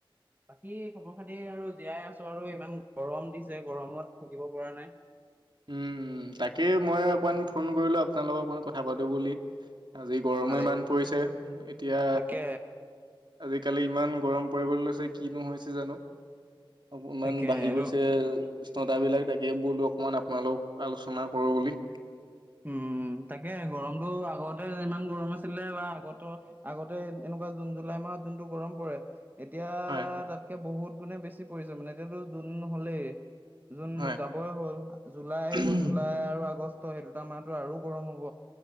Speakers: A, on the right; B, on the right.
A: বাকী খবৰ খাতি আৰু জীয়াই আছো আৰু ইমান গৰম দিছে গৰমত থাকিব পৰা নাই।
B: উম, তাকেই মই অকমান ফোন কৰিলো আপোনাৰ লগত অকণমান কথা পাতো বুলি। আজি গৰমো
A: হয়।
B: ইমান পৰিছে এতিয়া
A: তাকে
B: আজিকালি ইমান গৰম পৰিবলৈ লৈছে কিনো হৈছে জানো? অকমান
A: তাকে
B: বাঢ়ি
A: আৰু
B: গৈছে উষ্ণতাবিলাক তাকে বোলো অকমান তোমাৰ লগত আলোচনা কৰোঁ বুলি।
A: উম, তাকে গৰমটো আগতে যে ইমান গৰম আছিলে বা আগত আগতে এন এনেকুৱা জুন, জুলাই মাহত যোনটো গৰম পৰে এতিয়া
B: হয়
A: তাতকে বহুত গুণে বেছি পৰিছে মানে এতিয়াতো জুন হলেই। জুন
B: হয়
A: যাবই হ'ল আ জুলাই আহিব,
B: উম
A: জুলাই আৰু আগষ্ট সেইটো দুটা মাহতো আৰু গৰম হব,